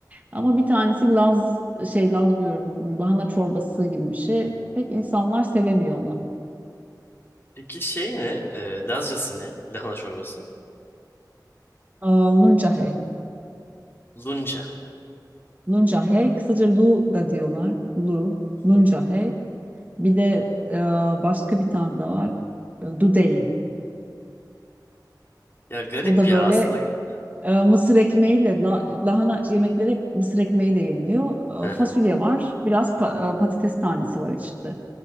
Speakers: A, on the right (about 20°); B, on the left (about 30°).
A: Ama bir tanesi Laz şey Laz diyorum. Lahana çorbası gibi bir şey. Pek insanlar sevemiyor onu.
B: Peki şey ne? E, Lazcası ne? Lahana çorbası.
A: Aa, Luncahe.
B: Lunca.
A: Luncahe, kısaca Lu da diyorlar. Lu, Luncahe.
B: Hı.
A: Bir de e, başka bir tane de var. E, Dudey.
B: Ya garip
A: O da
B: ya
A: böyle
B: aslında. <laughs>
A: e, mısır ekmeğiyle, la- lahana yemekleri hep mısır ekmeğiyle yeniliyor.
B: Hı
A: E, fasulye
B: hı.
A: var, biraz pa- e, patates tanesi var içinde.